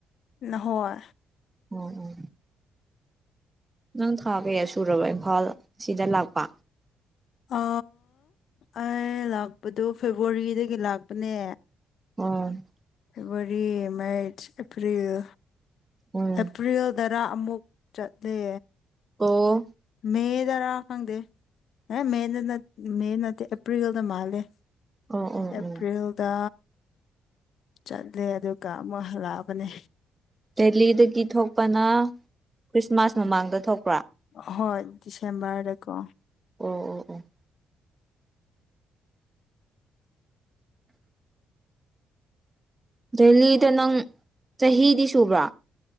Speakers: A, on the left; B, on the right.
A: ꯍꯣꯏ
B: ꯑꯣ ꯑꯣ ꯅꯪ ꯊꯥ ꯀꯌꯥ ꯁꯨꯔꯕ ꯏꯝꯐꯥꯜ ꯁꯤꯗ ꯂꯥꯛꯄ
A: ꯑ ꯑꯩ ꯂꯥꯛꯄꯗꯣ ꯐꯦꯕꯋꯥꯔꯤꯗꯒꯤ ꯂꯥꯛꯄꯅꯦ
B: ꯎꯝ
A: ꯐꯦꯕꯋꯥꯔꯤ ꯃꯥꯔꯆ ꯑꯦꯄ꯭ꯔꯔꯤꯜ
B: ꯎꯝ
A: ꯑꯦꯄ꯭ꯜꯗ ꯈꯔꯥ ꯑꯃꯨꯛ ꯆꯠꯂꯦ
B: ꯑꯣꯣ
A: ꯃꯗ ꯔꯥ ꯈꯪꯗ ꯑꯦ ꯃꯦꯅ ꯃꯦ ꯅꯠꯇ ꯑꯦꯄ꯭ꯔꯤꯜꯗ ꯃꯥꯂꯦ
B: ꯑꯣ ꯑꯣ
A: ꯑꯦꯄ꯭ꯔꯔꯤꯜꯗ
B: ꯎꯝ
A: ꯆꯠꯂꯦ ꯑꯗꯨꯒ ꯑꯃ ꯍ ꯂꯛꯑꯕꯅꯦ
B: ꯗꯦꯂꯤꯗꯒꯤ ꯊꯣꯛꯄꯅ ꯈ꯭ꯔꯤꯁꯃꯥꯁ ꯃꯃꯥꯡꯗ ꯊꯣꯛꯄ
A: ꯍꯣꯏ ꯗꯤꯁꯦꯝꯕꯔꯗꯀꯣ
B: ꯑꯣ ꯑꯣ ꯑꯣ ꯗꯦꯂꯤꯗ ꯅꯪ ꯆꯍꯤꯗꯤ ꯁꯨꯕ꯭ꯔꯥ